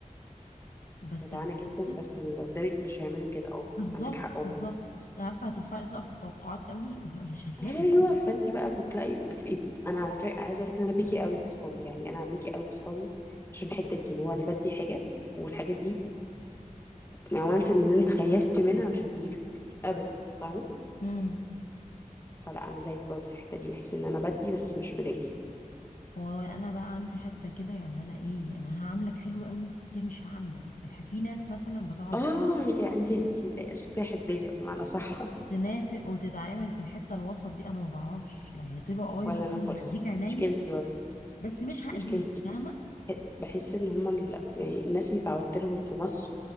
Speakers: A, on the left; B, on the left.
A: بس
B: جدعانة
A: قصه
B: جدا بس اللي قدامك مش هيعملوا كده اه
A: بالظبط
B: عندك حق والله
A: بالظبط عارفه هترفعي سقف التوقعات قوي <laughs> مش هتلاقي
B: ايوه
A: انت مش
B: فانت بقى بتلاقي بتبقي انا على فكره عايزه اقول لك ان انا بكي قوي في صحابي يعني انا بكي قوي في صحابي عشان الحته دي ان هو انا بدي حاجه والحاجه دي وانس ان انت خيشت منها مش هتجيلك ابدا فاهمه
A: هتلاقي
B: فلا انا زيك برضه في الحته دي بحس ان انا بدي بس مش بلاقي
A: وانا بقى عندي حته كده يعني انا ايه انا هعاملك حلو قوي يا مش هعاملك الح- في ناس مثلا بتعرف
B: اه
A: إيه
B: انت <laughs> انت انت شخصيه حديه بمعنى صح
A: تنافق وتتعامل في الحته الوسط دي انا ما بعرفش لا هي تبقى
B: <laughs>
A: قريب
B: ولا انا
A: مني
B: خالص
A: وهديك عينيا
B: مشكلتي برضه
A: بس مش هاذيك
B: مشكلتي
A: فاهمه
B: بحس ان هما ال... يعني الناس اللي اتعودت لهم في مصر